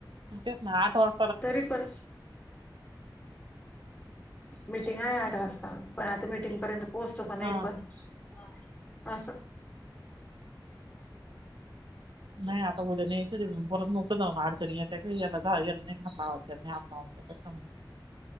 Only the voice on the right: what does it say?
तेचं नां आठ वाज
हा
नाही आता उद्या न्यायंचच परत नोकं आता जाऊ ना अडचणी येत्या काही याला जा येतं नाही हातांवर त्यांनी अमाउ.. <unintelligible>